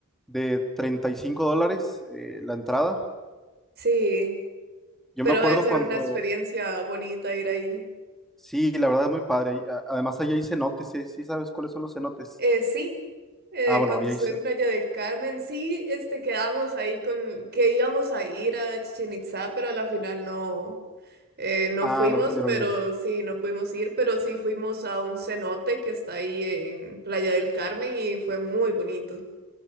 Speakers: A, in the centre; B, on the right.
A: de 35 dólares eh, la entrada.
B: Sí,
A: Yo
B: pero
A: me acuerdo
B: debe ser
A: cuando,
B: una experiencia bonita ir ahí.
A: Sí, la verdad es muy padre. y a- Además, allá hay cenotes, ¿sí, sí sabes cuáles son los cenotes?
B: Eh, sí. eh,
A: Ah, bueno,
B: cuando
A: ahí
B: estuve
A: hay... ce-
B: en Playa del Carmen, sí, este, quedamos ahí con que íbamos a ir a Chichen Itzá, pero a la final no, eh, no
A: Ah,
B: fuimos,
A: no pudieron
B: pero
A: ir.
B: sí, no pudimos ir, pero sí fuimos a un cenote que está ahí en Playa del Carmen y fue muy bonito.